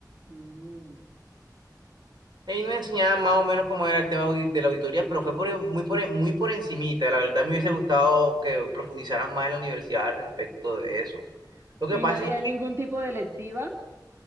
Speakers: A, on the right; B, on the right.
A: Mm.
B: Ahí me enseñaban más o menos cómo era el tema audi- de la auditoría, pero fue por- e, muy, por, e, muy por encimita. La verdad me hubiese gustado que profundizaran más en la universidad al respecto de eso. Lo que
A: Y
B: pasa
A: no había
B: es que
A: ningún tipo de lectiva,